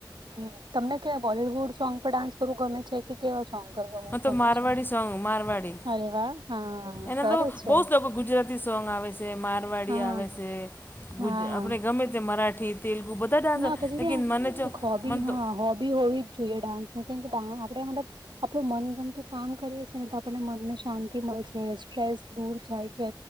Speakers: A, on the right; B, on the left.
A: હ તમને ક્યાં બોલીવુડ સોંગ પર ડાન્સ કરવું ગમે છે કે કેવા સોંગ પર ગમે
B: હા તો મારવાડી
A: છે
B: સોંગ મારવાડી
A: અરે વાહ હા
B: એના
A: સરસ
B: તો
A: છે
B: બહુ જ લોકો ગુજરાતી સોંગ આવે છે મારવાડી
A: હા
B: આવે છે ગુ
A: હા
B: આપણે ગમે તે મરાઠી તેલુગુ બધા ડાન્સ
A: ના પછી
B: લેકિન મને જો
A: એક હોબી
B: મને
A: હા
B: તો
A: હોબી હોવી જ જોઈએ ડાન્સ કેમ કે ડા આપે મતલબ આપડું મનગમતું કામ કરીએ છે ને તો આપણને મનને શાંતિ મળે છે સ્ટ્રેસ દૂર થાય છે.